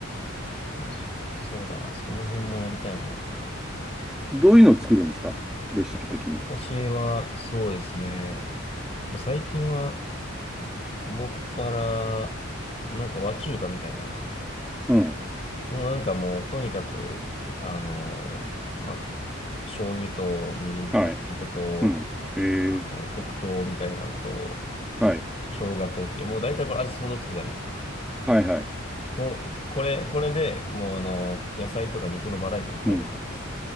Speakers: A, on the left (about 30°); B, in the centre.
A: まあ、ちょっとそうだな、その辺もやりたいな。
B: どういうのを作るんですかレシピ的には。
A: 私は、そうですね。まあ最近は、もっぱら、なんか和中華みたいな。
B: うん。
A: もうなんかもう、とにかく、あの、まあ、醤油とみりんと酒と、
B: はい。うん。ええ
A: あの、黒糖みたいなんと、
B: はい。
A: 生姜とっていう、もう大体これ味想像つくじゃないですか。
B: はいはい。
A: もう、これ、これでもうあの、野菜とか肉のバラエティを変えてるだけです。
B: うん。